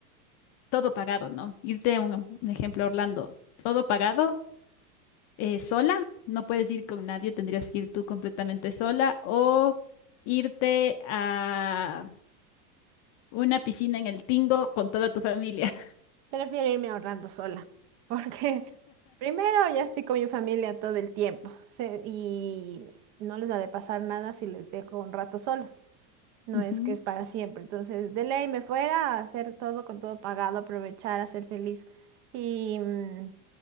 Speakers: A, on the left (about 35°); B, on the right (about 45°).
A: todo pagado, ¿no? Irte a un, un ejemplo a Orlando, todo pagado, eh, sola, no puedes ir con nadie, tendrías que ir tú completamente sola o irte a una piscina en el Tingo con toda tu familia.
B: Prefiero irme ahorrando sola, porque <laughs> primero ya estoy con mi familia todo el tiempo se- y no les ha de pasar nada si les dejo un rato solos no
A: <laughs> Ujú,
B: es que es para siempre. Entonces, de ley me fuera a hacer todo con todo pagado, aprovechar, a ser feliz. Y mm,